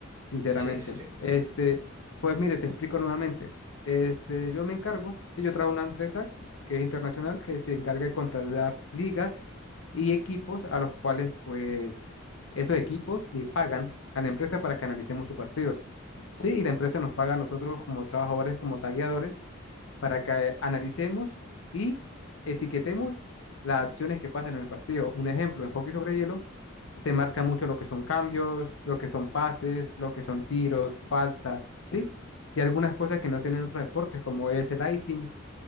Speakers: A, on the left; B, on the right.
A: sinceramente.
B: Sí, sí, sí.
A: Este, pues mire, te explico nuevamente. Este, yo me encargo, sí, yo trabajo en una empresa que es internacional, que se encarga de contratar ligas y equipos a los cuales, pues, esos equipos le pagan a la empresa para que analicemos sus partidos. Sí, y la empresa nos paga a nosotros como trabajadores, como tagueadores para que analicemos y etiquetemos las acciones que pasan en el partido. Un ejemplo, en hockey sobre hielo se marca mucho lo que son cambios, lo que son pases, lo que son tiros, faltas, ¿sí? Y algunas cosas que no se ven en otros deportes, como es el icing,